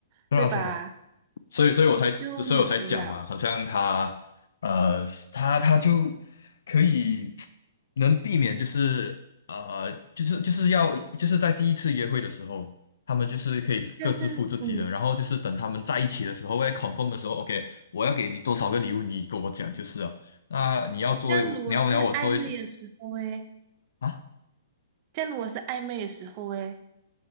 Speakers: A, on the left (about 75°); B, on the right (about 40°).
A: 是啦是啦，
B: 对吧？
A: 所以，所以我才，
B: 就没有必要。
A: 所以我才讲嘛，好像他，呃，他他就可以能避免，就是呃，就是就是要就是在第一次约会的时候，他们就是可以各自付自己的，
B: 但是，嗯，
A: 然后就是等他们在一起的时候，要 confirm 的时候，OK，我要给你多少个礼物，你跟我讲就是了。那你要做，
B: 这样如果是暧昧的时候，
A: 你要你要我做一些
B: 诶，
A: 啊，
B: 这样如果是暧昧的时候，诶。